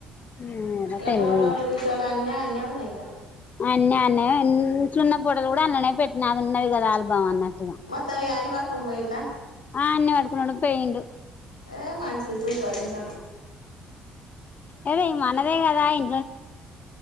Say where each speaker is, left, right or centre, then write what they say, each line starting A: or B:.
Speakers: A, on the left; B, on the left.
A: ఏమోరా
B: ఇక
A: తెల్వదు
B: ఫోటోలుకి
A: ఇగ
B: అ అన్న న్నాగా
A: అన్న అన్న సున్న పూటలు కూడా అన్ననే పెట్టిన అది ఉన్నది కదా ఆల్బావ అన్నది
B: మ అని వర్ సమయలా
A: ఆ అన్నిీ పట్కున్నాడు పెయిండు
B: ఏ మంచి చసు పరిన్ క
A: అద ఈ మనదే కదా ఇ